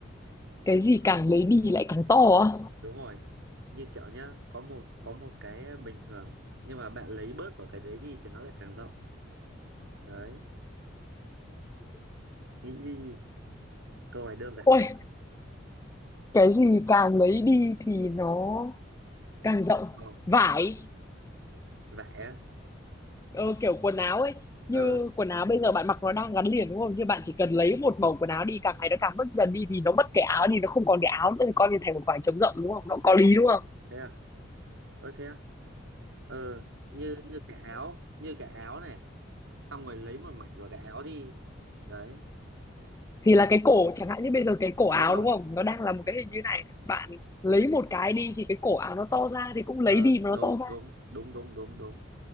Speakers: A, on the left; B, on the right.
A: Cái gì càng lấy đi lại càng to á?
B: đúng rồi như kiểu nhá có một có một cái bình thường nhưng mà bạn lấy bớt của cái đấy đi thì nó lại càng rộng đấy nghĩ đi câu này đơn giản
A: Ôi,
B: thôi
A: cái gì càng lấy đi thì nó càng rộng.
B: làm to
A: Vải.
B: vẽ á
A: Ừ, kiểu quần áo ấy như
B: ờ
A: quần áo bây giờ bạn mặc nó đang gắn liền đúng không như bạn chỉ cần lấy một màu quần áo đi càng ngày nó càng mất dần đi thì nó mất cái áo thì nó không còn cái áo nữa thì coi như thành một khoảng trống rộng đúng không nó có lý đúng không
B: thế à Ơ thế á? Ờ như như cái áo, như cái áo này. Xong rồi lấy một mảnh của cái áo đi. Đấy,
A: thì
B: là
A: là cái cổ chẳng hạn như bây giờ cái cổ áo
B: đúng rồi.
A: đúng không nó đang là một cái hình như này bạn lấy một cái đi thì cái cổ áo nó to ra thì cũng lấy
B: Ờ
A: đi mà
B: đúng
A: nó to ra
B: đúng đúng đúng đúng đúng.